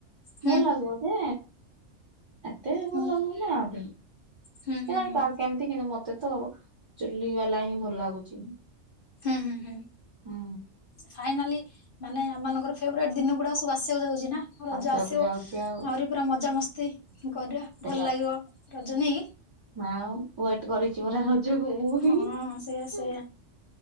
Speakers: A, on the left; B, on the right.
A: ହୁଁ
B: ଭଲ ଲାଗିବ ଯେ ଏତେ
A: ହୁଁ।
B: ଭଲ ଲାଗିବ ନା ଆ
A: ହୁଁ ହୁଁ
B: କେଜାଣି
A: ହୁଁ
B: କାହାକୁ କେମିତି କିନ୍ତୁ ମତେ ତ ଚୁଲି ବାଲା ହିଁ ଭଲ ଲାଗୁଛି।
A: ହୁଁ ହୁଁ ହୁଁ।
B: ହୁଁ।
A: ଫାଇନାଲି ମାନେ ଆମଙ୍କର ଫେବରେଟ୍ ଦିନ ଗୁଡା ସବୁ ଆସିବାକୁ ଯାଉଛି ନା? ହଁ ରଜ
B: ଆସିବାକୁ
A: ଆସିବ ଆହୁରି
B: ଯାଉଛି ଆଉ
A: ନଈରେ ପୁରା ମଜାମସ୍ତି କରିବା
B: ସେଇଆ
A: ଭଲ ଲାଗିବ। ରଜନୀ
B: ଆଉ ୱେଟ କରିଛି ପରା ରଜକୁ <unintelligible>
A: ହଁ ସେଇଆ ସେଇଆ।